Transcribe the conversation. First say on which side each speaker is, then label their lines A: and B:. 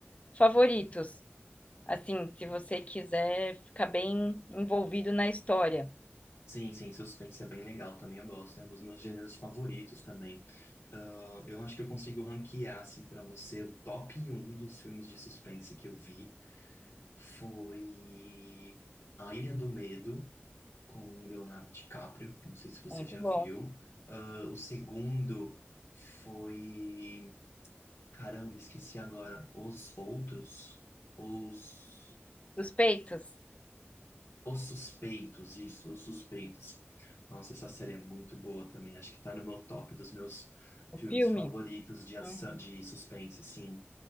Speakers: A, on the left (about 30°); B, on the left (about 70°).
A: favoritos. Assim, se você quiser ficar bem envolvido na história.
B: Sim, sim, suspense é bem legal também, eu gosto, é um dos meus gêneros favoritos também. Ah, eu acho que eu consigo ranquear, assim, pra você, o top um dos filmes de suspense que eu vi foi A Ilha do Medo, com o Leonardo DiCaprio, não sei se você
A: Muito
B: já
A: bom.
B: viu. Ah, o segundo foi, caramba, esqueci agora, Os Outros, Os...
A: Suspeitos,
B: Os Suspeitos, isso, Os Suspeitos. Nossa, essa série é muito boa também. Acho que tá no meu top dos meus
A: o
B: filmes
A: filme.
B: favoritos de ação,
A: Hum,
B: de suspense, sim.